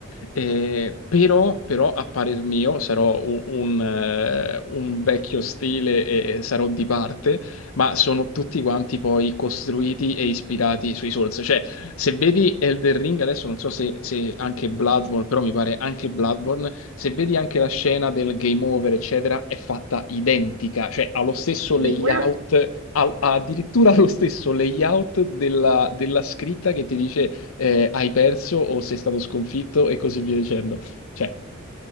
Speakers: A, on the left; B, on the right.
A: Eh, però, però, a parer mio, sarò un, un, eh, un vecchio stile e sarò di parte ma sono tutti quanti poi costruiti e ispirati sui Souls. Cioè, se vedi Elden Ring, adesso non so se, se anche Bloodborne, però mi pare anche Bloodborne, se vedi anche la scena del game over, eccetera, è fatta identica, cioè ha lo stesso
B: Sì,
A: layout,
B: quello sì.
A: ha, ha addirittura
B: Sì.
A: lo stesso layout della, della scritta che ti dice eh, hai perso o sei stato sconfitto e così via dicendo. Cioè,